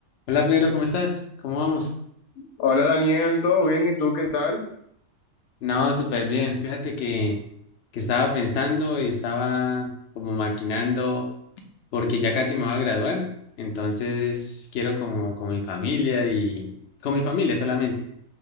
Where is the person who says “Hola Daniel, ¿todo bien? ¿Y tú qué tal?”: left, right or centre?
Left